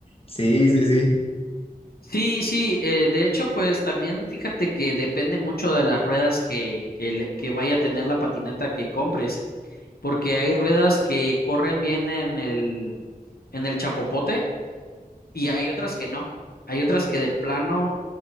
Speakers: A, on the left; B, on the left.
A: sí, sí, sí.
B: Sí, sí, eh, de hecho, pues también fíjate que depende mucho de las ruedas que, que, le- que vaya a tener la patineta que compres, porque hay ruedas que corren bien en el, en el chapopote y hay otras que no. Hay otras que de plano